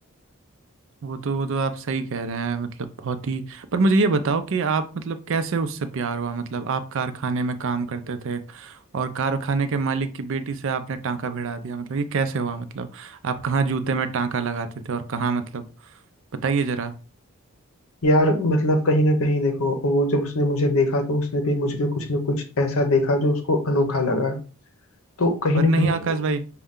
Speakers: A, on the right; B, on the left.
A: वो तो वो तो आप सही कह रहे हैं मतलब बहुत ही पर मुझे ये बताओ कि आप मतलब कैसे उससे प्यार हुआ मतलब आप कारखाने में काम करते थे और कारखाने के मालिक की बेटी से आपने टांका भिड़ा दिया मतलब ये कैसे हुआ मतलब आप कहाँ जूते में टांका लगाते थे और कहाँ मतलब बताइए जरा
B: यार मतलब कहीं ना कहीं देखो वो जब उसने मुझे देखा तो उसने भी मुझ में कुछ ना कुछ ऐसा देखा जो उसको अनोखा लगा तो कहीं
A: पर
B: ना
A: नहीं
B: कहीं
A: आकाश भाई